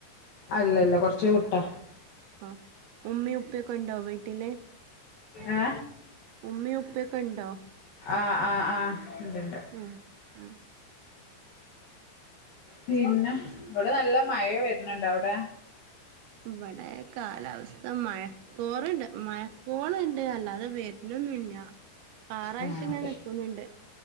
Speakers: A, on the left; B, on the right.
A: അല്ലല്ല കൊർച്ച് വ്ട്ടാ
B: ആഹ് ഉമ്മിം ഉപ്പ്യൊക്കെണ്ടോ വീട്ടില്
A: ഏ
B: ഉമ്മിം ഉപ്പ്യൊക്കെണ്ടോ
A: ആഹ് ആഹ് ആഹ് ണ്ട് ണ്ട്
B: ആഹ് ആഹ്
A: പിന്നെ വ്ടെ നല്ല മയ വര്ന്ണ്ട് അവ്ടെ
B: ഇവടെ കാലാവസ്ഥ മഴ ക്കോറ്ണ്ട് മയക്കോള്ണ്ട് അല്ലാതെ വര്ണൊന്നുല്ല കാറായിട്ട്
A: ആ
B: ഇങ്ങെനെ
A: അതെ
B: നിക്കുന്നുണ്ട്